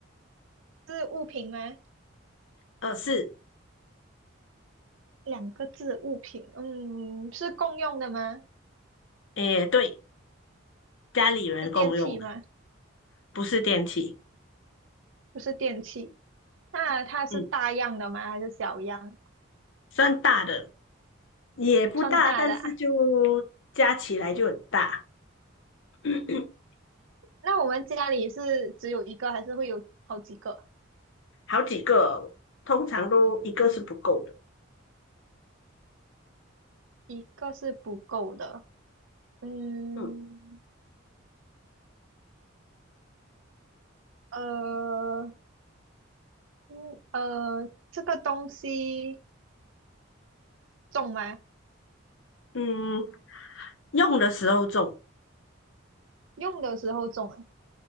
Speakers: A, on the right (about 70°); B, on the left (about 65°).
A: 是物品吗？
B: 呃，是，
A: 两个字，物品。嗯，是共用的吗？
B: 诶，对，家里人共用的，
A: 是电器吗？
B: 不是电器，
A: 不是电器。那它是大样的吗？
B: 嗯，
A: 还是小样？
B: 算大的，也不大，
A: 算大的啊。
B: 但是就加起来就很大，<coughs>
A: 那我们家里是只有一个，还是会有好几个？
B: <clears throat> 好几个，通常都一个是不够的，
A: 一个是不够的。嗯，
B: 嗯
A: 呃，嗯，呃，这个东西重吗？
B: 嗯，用的时候重，
A: 用的时候重啊，